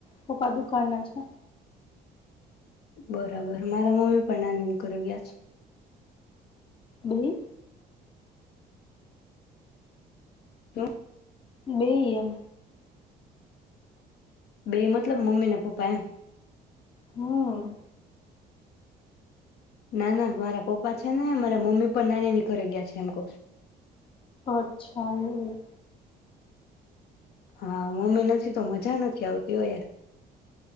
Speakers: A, on the left; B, on the left.
A: પપ્પા દુકાન છે
B: બરાબર મારા <unintelligible> પણ નાની કર્યા છે
A: બ
B: શું?
A: બે એમ
B: બે મતલબ મમ્મી ને પપ્પા એમ
A: હમ
B: ના ના મારા પપ્પા છે ને મારા મમ્મી પણ નાનીની ઘરે ગયા છે એમ ક
A: અચ્છા એ
B: હા મમ્મી નથી તો મજા નથી આવતી હો યાર